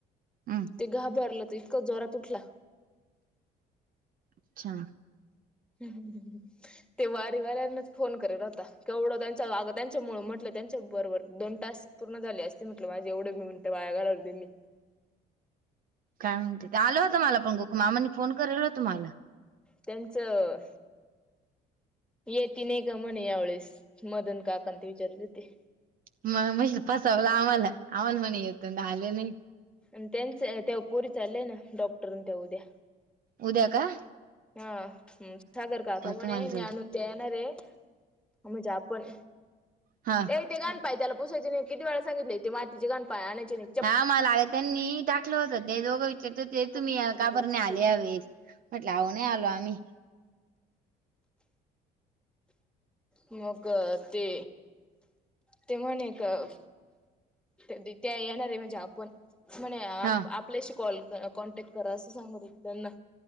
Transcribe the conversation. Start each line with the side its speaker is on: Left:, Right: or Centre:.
Right: अच्छा
Centre: ते घाबरलं तरं इतकं जोरात उटला.
Right: अच्छा
Centre: हमं हंम हं. ते वांरी वाऱ्यांनचं फोन करतं होतां केवढं त्यांच्याग त्यांच्यामुळ म्हटलं त्यांच्या बरोबरं दोन तांस. पूर्ण झांले असते म्हटलं मांझे एवढे मी म्हंट वांया घालवूंले होते मी.
Right: कायं म्हणते ते आलं होतं मलां पणं गो मामांनी फोन करेला होता मलां.
Centre: त्यांचं येती नाहीं कां म्हणे यांवेेळेस मंदन. गांकते विचारतं होते.
Right: मंग म्हंजे फसांवलं आम्हांला आम्हांला म्हंणे येतो आले नाहीं.
Centre: आणि त्यांच ते पोरी चाललंय नां डॉक्टरन ते उद्या.
Right: उद्या नं
Centre: हां सागरं काका म्हंणे
Right: तुम्हाला जोडी
Centre: मी आंणून ते येणारं रे. म्हणजे आपणं
Right: हा.
Centre: ए तेरतं यं त्यांला पुसायचे नाहीं किती वेळां सांगितले ते मीची घरं गं पांय आणांयची नाहीं.
Right: हां मलां आ त्यांनी टाकलं होत ते दोघं विचारतं हो ते
Centre: सगळं
Right: तुम्हीं
Centre: दिलं कुणीकडच
Right: कांबर आलें
Centre: सगळी
Right: हवे. म्हंटले आं नाहीं आलों आम्हीं.
Centre: मंग ते. ते म्हंणे कां त्यां येणांरे म्हणजे आपणं. म्हंणे
Right: हा
Centre: आपल्यांशी कॉल कॉन्टॅक्ट करां असं सांगततानां.